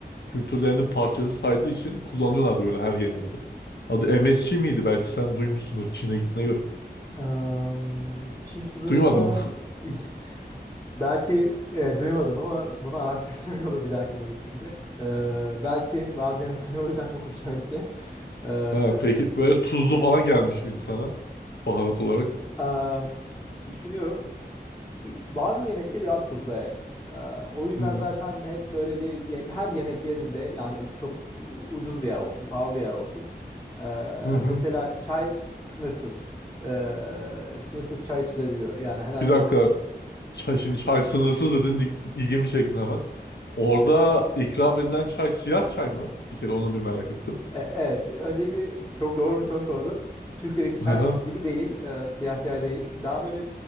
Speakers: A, on the left; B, on the left.
A: kültürlerinin parçası saydığı için kullanıyorlardı böyle her yemeğinde. Adı MSG miydi? Belki sen duymuşsundur Çin'e gittiğine göre.
B: Eee, Çin tuzunda
A: Duymadım. <laughs>
B: <laughs> Belki e, duymadım ama bunu araştırsam iyi olur bir dahakine gittiğimde. E, belki bazı yemekler o yüzden çok hoşuma gitti. E,
A: Ha, peki böyle tuzlu falan gelmiş miydi sana baharat olarak?
B: a, pf, düşünüyorum. Bazı yemekler biraz tuzlu evet. E, o yüzden
A: Hı
B: zaten hep böyle bir ye- her yemek yerinde yani çok u- ucuz bir yer olsun, pahalı bir yer olsun. E,
A: hı. hı.
B: mesela çay sınırsız. E, sınırsız çay içilebiliyor. Yani herhalde
A: Bir dakika.
B: o
A: Çay, şimdi çay sınırsız dedin. dik- ilgimi çektin hemen. Orada ikram edilen çay siyah çay mı? Bir kere onu bir merak ettim.
B: E- Evet, öncelikle çok doğru bir soru sordun. Türkiye'deki çay
A: Hı hı.
B: gibi değil, e, siyah çay değil. Daha böyle